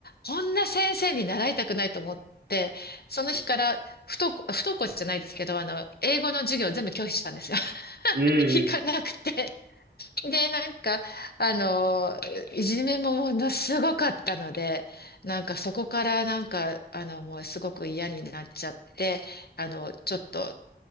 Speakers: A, on the left; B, on the right.
A: こんな先生に習いたくないと思って、その日から不登校、
B: うん、
A: 不登校じゃないですけど、あの、英語の授業を全部拒否したんですよ。
B: うん、
A: <laughs> 行かなくて。で、なんか、あの、いじめもものすごかったので、なんかそこからなんか、あの、もうすごく嫌になっちゃって、あの、ちょっと